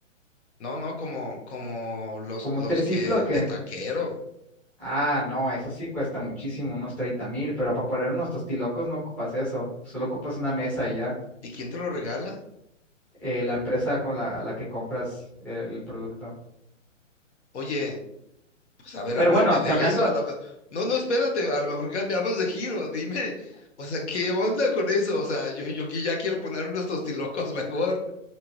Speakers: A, on the left; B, in the centre.
A: No, no, como, como los,
B: ¿Como
A: los
B: un triciclo
A: que
B: o qué?
A: de taquero.
B: Ah, no, eso sí cuesta muchísimo, unos treinta mil, pero para poner unos tostilocos no ocupas eso, solo ocupas una mesa y ya,
A: ¿Y quién te lo regala?
B: eh, la empresa con la, a la que compras eh, el producto.
A: Oye, Pues a ver,
B: Pero
A: háblame
B: bueno,
A: de
B: cambiando,
A: eso. A la... ma- No, no, espérate, a lo mejor cambiamos de giro, dime. O sea, ¿qué onda con eso? O sea, yo, yo que ya quiero poner unos tostilocos mejor.